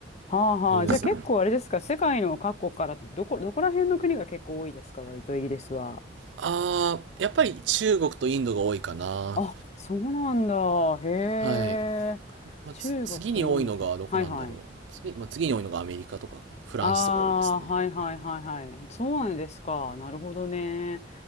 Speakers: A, on the left; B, on the right.
A: はあはあ。
B: <laughs> そうです。
A: じゃあ結構あれですか、世界の各国からどこ、どこら辺の国が結構多いですか、割とイギリスは。
B: あー、やっぱり中国とインドが多いかな。
A: あ、そうなんだ。へえ。
B: はい。まあ、
A: 中国とインドか。
B: つ次に多いのがどこなんだろう。
A: はいはい。
B: 次、まあ、次に多いのがアメリカとかフランスとか多いですね。
A: ああー、はいはいはいはい。そうなんですか。なるほどね。